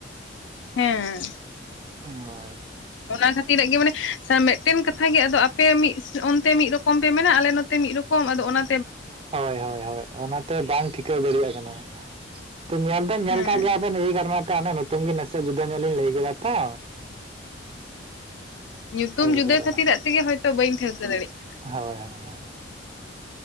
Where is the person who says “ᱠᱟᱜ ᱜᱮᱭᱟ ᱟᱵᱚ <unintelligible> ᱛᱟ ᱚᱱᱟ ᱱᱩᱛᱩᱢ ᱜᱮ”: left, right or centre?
Right